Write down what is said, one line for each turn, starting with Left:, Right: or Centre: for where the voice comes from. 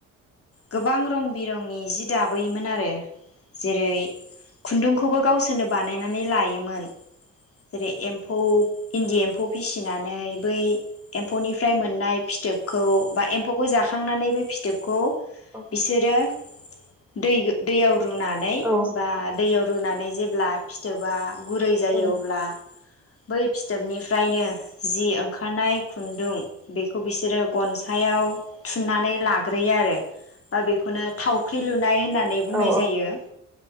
Left: गोबां रं बिरंनि जि दाबोयोमोन आरो जेरै खुन्दुंखौबो
Centre: औ
Left: गावसोरनो बान नायनानै लायोमोन जेरै एम्फौ इन्दि एम्फौ फिसि नानै बै एम्फौनिफ्राय मोननाय फिथ थोबखौ बा एम्फौखौ जाखा खांनानै बे फिथोबखौ
Centre: औ
Left: बिसोरो दैगो-दैयाव रुनानै
Centre: औ
Left: बा दैयाव रुनानै जेब्ला फिथ थोबा गुरै जायो
Centre: औ
Left: अब्ला बै फिथोबनिफ्रायनो जि ओंखारनाय खुन्दुं बेखौ बिसोरो गनसायाव थुननानै लाग्रोयो आरो । बा बेखौनो थावख्रि लुनाय होननानै बुंनाय
Centre: औ
Left: जायो ।